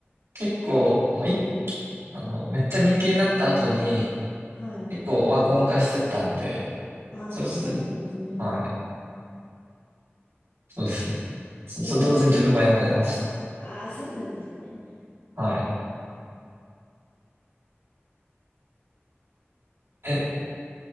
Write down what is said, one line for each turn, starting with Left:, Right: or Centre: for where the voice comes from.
Right: 結構、もうい、あの、めっちゃ人気になった後に、
Left: はい。
Right: 結構オワコン化してったんで、
Left: あ、
Right: それとと、
Left: そうなんですね。
Right: はい。そうですね。そ、
Left: それは
Right: そ同時に自分もやめました。
Left: ああ、<laughs> そうなんですね。
Right: はい。え、